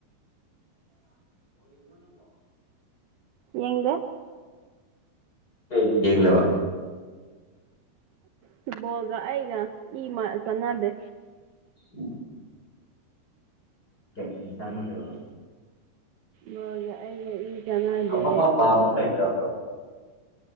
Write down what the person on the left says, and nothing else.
ꯍ
ꯍꯩ ꯌꯦꯡꯗꯕ
ꯎꯝ ꯀꯃꯤ ꯆꯅ ꯂꯩꯔꯕ
ꯑꯃꯐꯥꯎ ꯄꯥꯝꯕ ꯂꯩꯇꯕ꯭ꯔꯣ